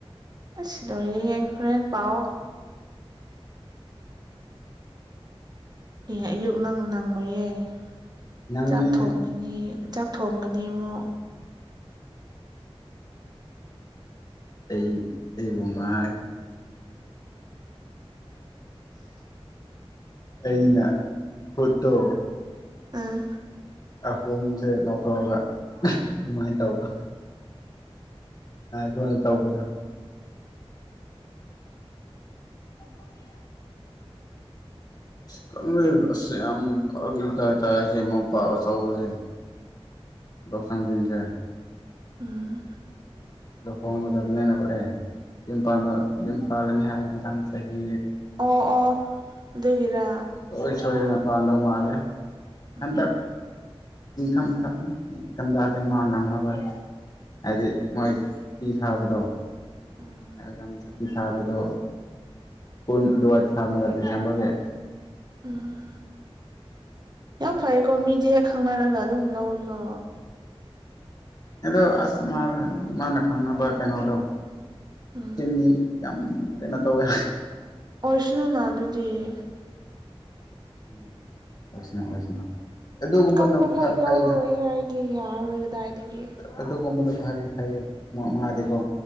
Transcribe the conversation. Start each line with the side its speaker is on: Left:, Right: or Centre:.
Right: ꯑꯁꯤ ꯂ ꯑꯣꯏꯔꯔꯤꯍꯦ ꯍꯣꯔꯦꯟꯦꯟ ꯄꯥꯎꯑꯣ ꯍꯌꯦ ꯑꯌꯨꯛ ꯅꯪ ꯅꯪꯉꯨꯌꯦꯦ
Left: ꯅꯪꯅꯦ
Right: ꯆꯥꯛ ꯊꯣꯡꯒꯅꯤ ꯆꯥꯛ ꯊꯣꯡꯉꯅꯤꯃꯣ
Left: ꯑꯩ ꯑꯩ ꯃꯥ
Right: <unintelligible>
Left: ꯑꯩꯅ ꯈꯨꯠꯇꯣ
Right: ꯑꯥ
Left: ꯑꯍꯣꯨꯝꯁꯦ ꯂꯧꯊꯣꯛꯑꯒ ꯑꯗꯨꯃꯥꯏꯅ ꯇꯧꯕ ꯈꯣꯏ ꯅ ꯇꯕꯗ ꯁꯗꯤ ꯀ ꯑꯁ ꯌꯥꯝ ꯐꯔ ꯇꯃꯄꯥꯛ ꯑꯆꯧꯕꯁꯦ ꯣꯔꯁꯪꯗꯁꯦ
Right: ꯎꯝ
Left: ꯁꯤꯗ ꯍꯣꯡꯒꯗꯕꯅꯤꯅ ꯀꯣꯛꯑꯦ ꯌꯨꯝ ꯌꯨꯝ ꯄꯥꯜꯂꯅꯤ ꯍꯥꯏ ꯃꯊꯪ ꯆꯍꯤ
Right: ꯑꯣ ꯑꯣ ꯑꯗꯨꯒꯤꯔꯥ
Left: ꯁꯣꯏ ꯁꯣꯏ ꯉꯄꯥꯥꯟꯗ ꯃꯥꯂꯦ
Right: ꯎꯝ
Left: ꯍꯦꯟꯇ ꯏꯟꯀꯥꯝ ꯊ ꯏꯟꯝ ꯇꯗꯤ ꯃꯥ ꯅꯪꯂꯔꯣꯏ ꯍꯥꯏꯗꯤ ꯃꯣꯏ ꯐꯤ ꯊꯥꯕꯗꯣ
Right: ꯎꯝ
Left: ꯑꯦꯖꯝ ꯁꯇꯤ ꯊꯥꯕꯗ ꯄꯨꯟ ꯗꯨꯋꯥ ꯊꯗꯁꯝꯕꯒꯦ
Right: ꯎꯝ ꯌꯥꯝ ꯐꯩꯀꯣ ꯃꯤꯗꯤ ꯍꯦꯛ ꯈꯪꯅꯔꯒ ꯑꯗꯨꯝ ꯂꯧꯏꯀꯣ
Left: ꯑꯗꯣ ꯑꯁ ꯃꯥ ꯃꯥꯅ ꯈꯅ ꯀꯩꯅꯣꯗ
Right: ꯎꯝ
Left: ꯆꯤꯟꯗꯤ ꯌꯥꯝ ꯀꯩꯅꯣ ꯇꯧꯋꯦ
Right: ꯑꯣꯏꯔꯁꯅꯨꯅꯅꯥꯗꯨꯗꯤꯌꯦ
Left: ꯎꯝ ꯑꯣꯏꯁꯅ ꯑꯣꯏꯁꯅ ꯑꯗꯨꯒꯨꯝꯕꯅ
Right: ꯀꯟꯕꯈꯩ
Left: ꯐꯩꯒ
Right: ꯂꯧꯔꯣꯏ ꯍꯥꯏꯔꯗꯤ ꯌꯥꯔꯔꯣꯏ ꯀꯗꯥꯏꯗꯒꯤ
Left: ꯑꯗꯨꯒꯨꯝꯕꯅ ꯐꯩ ꯐꯩꯌꯦ ꯃ ꯃꯉꯥꯗꯤꯀꯣ